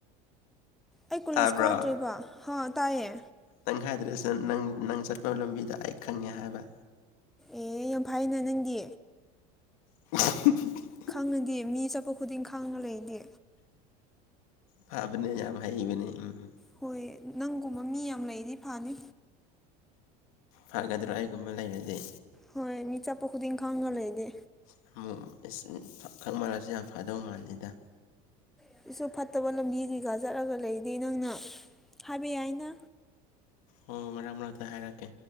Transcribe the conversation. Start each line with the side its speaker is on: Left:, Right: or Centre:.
Centre: ꯑꯩ ꯀꯨꯂ‌ꯦꯖ
Left: ꯇꯥꯕ꯭ꯔꯣ
Centre: ꯀꯥꯗꯔꯤꯕ ꯍꯥ ꯇꯥꯏꯌꯦ
Left: ꯅꯪ ꯍꯥꯏꯗ꯭ꯔꯁꯨ ꯅꯪ ꯅꯪ ꯆꯠꯄ ꯂꯝꯕꯤꯗ‌ꯣ ꯑꯩ ꯈꯪꯉꯦ ꯍꯥꯏꯕ
Centre: ꯑꯦ ꯌꯥꯝ ꯐꯩꯅ‌ꯦ ꯅꯪꯗꯤ
Left: <unintelligible>
Centre: ꯈꯪꯡꯉꯗꯤ ꯃꯤ ꯆꯠꯄ ꯈꯨꯗꯤꯡ ꯈꯪꯅ ꯂꯩꯗꯤ
Left: ꯐꯕꯅꯦ ꯌꯥꯝ ꯍꯩꯕꯅꯦ ꯎꯝ
Centre: ꯍꯣꯏ ꯅꯪꯒꯨꯝꯕ ꯃꯤ ꯌꯥꯝ ꯂꯩꯗꯤ ꯐꯅꯤ
Left: ꯐꯒꯗ꯭ꯔꯥ ꯑꯩꯒꯨꯝꯕ ꯂꯩꯔꯗꯤ
Centre: ꯍꯣꯏ ꯃꯤ ꯆꯠꯄ ꯈꯨꯗꯤꯡ ꯈꯪꯅ ꯂꯩꯗꯤ
Left: <unintelligible> ꯌꯥꯝ ꯐꯗꯧ ꯃꯥꯜꯂꯤꯗ
Centre: <unintelligible> ꯅꯪꯅ ꯍꯥꯏꯕ ꯌꯥꯏꯅ
Left: ꯑꯣ ꯃꯔꯛ ꯃꯔꯛꯇ ꯍꯥꯏꯔꯛꯀꯦ